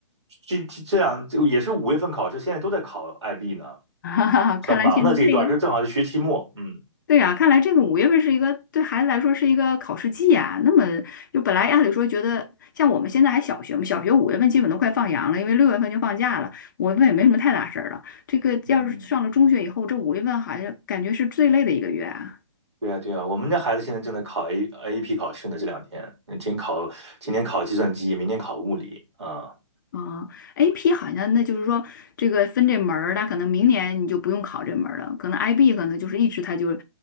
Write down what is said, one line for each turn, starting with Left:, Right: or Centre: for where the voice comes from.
Right: 这这这样就也是五月份考试，现在都在考 IB 呢，
Left: <laughs> 哈哈哈，看来现在这个。
Right: 很忙的这一段儿就正好是学期末。嗯
Left: 对呀，看来这个五月份是一个对孩子来说是一个考试季啊。那么就本来按理说觉得，像我们现在还小学嘛，小学五月份基本都快放羊了，因为六月份就放假了，五月份也没什么太大事儿了。这个要是上了中学以后，
Right: 嗯。
Left: 这五月份好像感觉是最累的一个月啊。
Right: 对呀，对呀，我们家孩子现在正在考 A a p 考试呢，这两天，嗯今天考今天考计算机，明天考物理啊。
Left: 啊，AP 好像那就是说这个分这门儿，那可能明年你就不用考这门儿了，可能 IB 可能就是一直他就